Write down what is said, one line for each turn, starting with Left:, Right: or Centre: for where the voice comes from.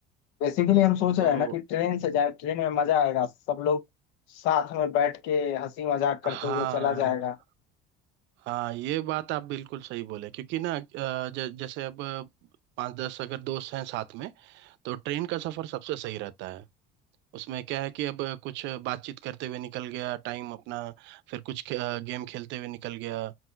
Left: बेसिकली हम सोच
Right: तो
Left: रहे हैं ना कि ट्रेन से जाए ट्रेन में मजा आएगा सब लोग साथ में बैठ के हंसी मजाक करते
Right: हाँ
Left: हुए चला जाएगा
Right: हाँ ये बात आप बिल्कुल सही बोले क्योंकि ना अ, ज, जैसे अब पांच दस अगर दोस्त हैं साथ में तो ट्रेन का सफर सबसे सही रहता है उसमें क्या है कि अब कुछ बातचीत करते हुए निकल गया टाइम अपना फिर कुछ खे, अ, गेम खेलते हुए निकल गया